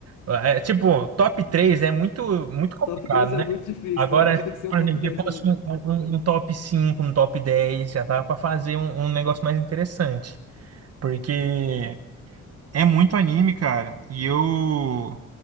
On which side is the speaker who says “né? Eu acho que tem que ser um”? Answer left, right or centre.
Left